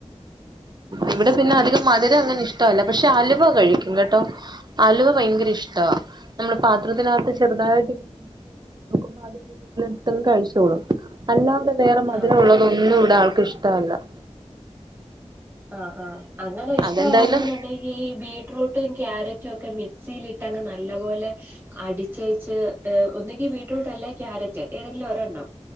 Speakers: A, on the right; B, on the right.
A: ഇവിടെ പിന്നെ അധികം മധുരം അങ്ങനെ ഇഷ്ടം അല്ല പക്ഷെ അൽവ കഴി ഇങ്ങട്ടോ അലുവ ഭയങ്കര ഇഷ്ടവാ നമ്മള് പാത്രത്തിനകത്ത് ചെറുതായിട്ട് <unintelligible> എടുത്തു കഴിച്ചോളും അല്ലാതെ വേറെ മധുരം
B: ആഹാ
A: ഉള്ളതൊന്നും ഇവിടെ ആൾക്ക് ഇഷ്ട അല്ല
B: ആഹ് ഹാ അങ്ങനെ ഇഷ്ടാണ്ന്നുണ്ടെങ്കി
A: അതെന്തായാലും
B: ഈ ബീട്ട്റൂട്ടും ക്യാരറ്റും ഒക്കെ മിക്സിൽ ഇട്ടങ്ങ് നല്ല പോലെ അടിച്ചേച്ച് ഒന്നെങ്കി ബീട്ട്റൂട്ട് അല്ലേ ക്യാരറ്റ് ഏതെങ്കിലും ഒരെോണ്ണം